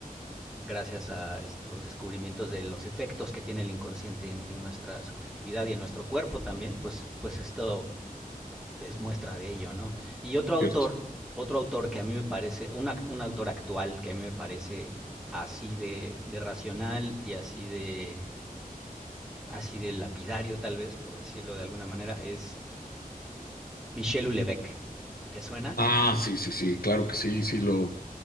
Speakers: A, in the centre; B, on the left (about 80°).
A: gracias a estos descubrimientos de los efectos que tiene el inconsciente en, en nuestra subjetividad y en nuestro cuerpo también, pues, pues esto es muestra de ello, ¿no? Y otro autor,
B: ¿cierto?
A: otro autor que a mí me parece, un, act- un autor actual que a mí me parece así de, de racional y así de, así de lapidario, tal vez, por decirlo de alguna manera, es Michel Houellebecq. ¿Te suena?
B: Ah, sí, sí, sí, claro que sí, sí lo,